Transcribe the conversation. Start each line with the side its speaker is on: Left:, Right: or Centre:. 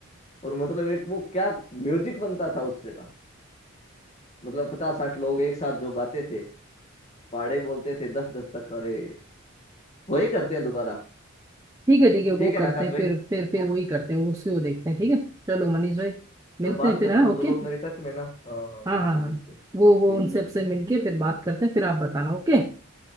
Left: और मतलब एक वो क्या म्यूजिक बनता था उससे का मतलब पचास साठ लोग एक साथ जो गाते थे पाड़े बोलते थे दस दस्तक अरे वही करते हैं दोबारा
Right: ठीक है ठीक है
Left: ठीक
Right: वो
Left: है
Right: करते
Left: ना आकाश
Right: हैं
Left: भाई
Right: फिर फिर फिर वही करते हैं उसी वो देखते हैं ठीक है चलो मनीष भाई मिलते
Left: मैं बात
Right: हैं फिर
Left: करता
Right: हाँ
Left: हूँ
Right: ओके
Left: जो लोग मेरे टच में ना हाँ हाँ
Right: हाँ
Left: बिल्कुल
Right: हाँ हाँ
Left: बिल्कुल ठीक
Right: वो वो उनसे आपसे मिलके फिर बात करते हैं फिर आप बताना ओके